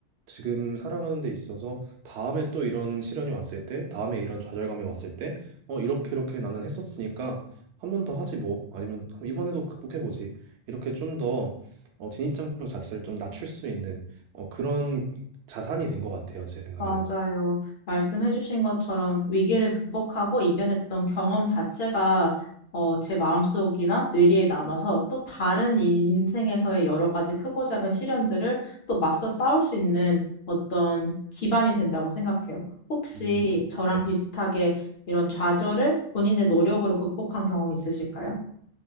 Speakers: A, on the right; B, on the left.
A: 지금 살아가는 데 있어서 다음에 또 이런 시련이 왔을 때, 다음에 이런 좌절감이 왔을 때, 어, 이렇게 이렇게 나는 했었으니까 한 번 더 하지 뭐, 아니면 이번에도 극복해보지. 이렇게 좀 더 어, 진입장벽 자체를 좀 낮출 수 있는 어, 그런 자산이 된 것 같아요, 제 생각에는.
B: 맞아요. 말씀해주신 것처럼 위기를 극복하고 이겨냈던 경험 자체가 어, 제 마음속이나 뇌리에 남아서 또 다른 인생에서의 여러 가지 크고 작은 시련들을 또 맞서 싸울 수 있는 어떤 기반이 된다고 생각해요. 혹시
A: 음, 저-
B: 저랑
A: 네.
B: 비슷하게 이런 좌절을 본인의 노력으로 극복한 경험이 있으실까요?